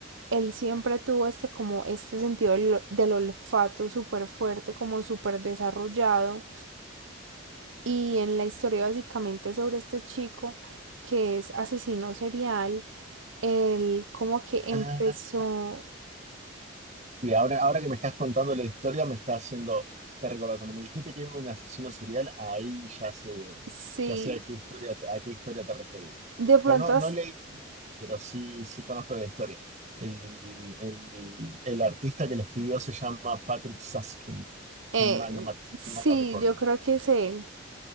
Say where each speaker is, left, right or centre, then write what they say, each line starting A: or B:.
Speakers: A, on the right (about 75°); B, on the right (about 35°).
A: él siempre tuvo este como este sentido del, del olfato súper fuerte, como súper desarrollado y en la historia básicamente sobre este chico que es asesino serial, él como que empezó,
B: Ah, sí, ahora, ahora que me estás contando la historia, me está haciendo, te recuerdo, cuando me dijiste que era un asesino serial, ahí ya sé,
A: sí,
B: ya sé a qué historia, a qué historia te referís.
A: de pronto,
B: Cono-
A: as-
B: no no leí, pero sí, sí conozco la historia. El, el, el artista que lo escribió se llama Patrick Susskind, si
A: eh,
B: mal no, me- si
A: sí,
B: mal no recuerdo.
A: yo creo que es él.